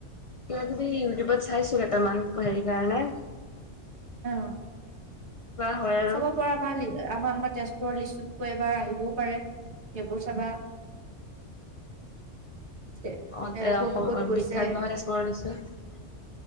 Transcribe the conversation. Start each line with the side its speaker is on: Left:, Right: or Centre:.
Left: কিবা কিবি ইউটিউবত চাইছোঁ কেইটামান হেৰি কাৰণে।
Right: অ',
Left: কিবা হয় আৰু
Right: চাব পৰা <unintelligible> আমাৰ আমাৰ তেজপুৰৰ লিচু বিষয়ে এইবাৰ আহিবও পাৰে সেইবোৰ চাবা। এ
Left: অ', তে-অসম
Right: ক'ত ক'ত গৈছে
Left: বিখ্যাত নহয় তেজপুৰ লিচু। <unintelligible>